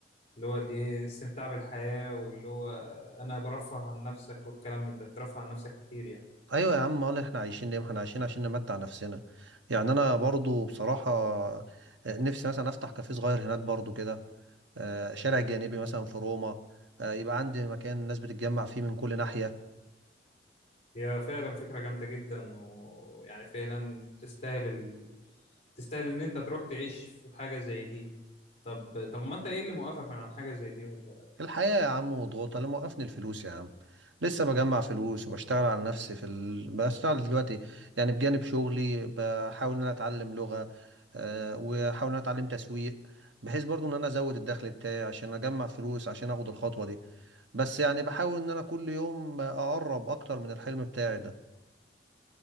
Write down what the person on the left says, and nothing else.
اللي هو اللي ايه الاستمتاع بالحياه واللي هو انا برفه عن نفسك والكلام من ده بترفه عن نفسك كتير يعني
هي فعلا فكرة جامدة جدا ويعني فعلا تستاهل ال... تستاهل ان انت تروح تعيش في حاجة زي دي طب طب ما انت ايه اللي موقفك من عن حاجة زي دي ولا